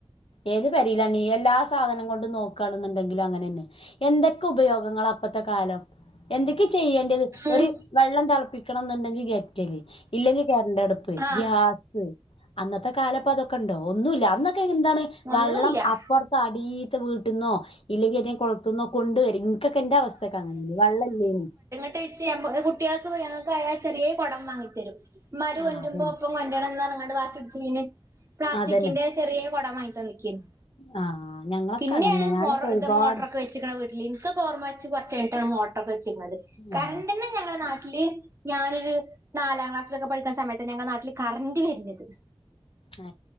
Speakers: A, on the left; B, on the right.
A: ഏത് പെരിയിലാണ് എല്ലാ സാധനം കൊണ്ട് നോക്കാ എന്നുണ്ടെങ്കിലും അങ്ങനെ തന്നെ എന്തൊക്കെ ഉപയോഗങ്ങളാ ഇപ്പഴത്തെ കാലം എന്തൊക്കെ ചെയ്യേണ്ടത്
B: ഉം
A: ഒരു വെള്ളം തിളപ്പിക്കണം എന്നുണ്ടെങ്കിൽ ഗെറ്റൽഇല്ലെങ്കിൽ കറണ്ട് അടുപ്പ്
B: ആഹ്
A: ഗ്യാസ് അന്നത്തെ കാലം ഇപ്പൊ അതൊക്കെ ഉണ്ടോ ഒന്നുമില്ല അന്നൊക്കെ എന്താണ് വെള്ളം
B: ഒന്നുല്ല
A: പുറത്ത് അടിയത്തെ വീട്ടിന്നോ ഇല്ലെങ്കിൽ കൊളത്തുന്നോ കൊണ്ട് വരും ഇപ്പൊക്കെ എന്റെ അവസ്ഥയൊക്കെ അങ്ങനെയേ വെള്ള ഇല്ലെങ്കിൽ
B: <unintelligible> കുട്ടികൾക്ക് ഞങ്ങൾക്ക് ആയാൾ ചെറിയ കുടം വാങ്ങി തരും. മരു കൊണ്ടരുമ്പോ
A: ആ അതന്നെ
B: ഒപ്പം കൊണ്ടരണം എന്ന പറഞ്ഞു വാശി പിടിച്ചീനി പ്ലാസ്റ്റിക്കിന്റെ
A: അതന്നെ
B: ചെറിയ കുടം വാങ്ങി തന്നേക്കന്നു
A: ആ ഞങ്ങളൊക്കെ
B: പിന്നെണ്
A: അങ്ങനെ ഞാനൊക്കെ
B: മോറം
A: ഒരുപാട്
B: മോട്ടറൊക്കെ വെച്ചക്കണ വീട്ടില് ഇൻക്കൊക്കെ ഓർമ്മ വെച്ച് കുറച്ചായിട്ടാണ് മോട്ടറൊക്കെ വച്ചിരിക്കുന്നത് കറണ്ട്
A: ആ
B: തന്നെ ഞങ്ങളെ നാട്ടില് ഞാനൊരു നാലാം ക്ലാസ്സിലൊക്കെ പഠിക്കുന്ന സമയത്ത് ഞങ്ങൾ നാട്ടിൽ കറന്റ് വർന്നത്.
A: ഏ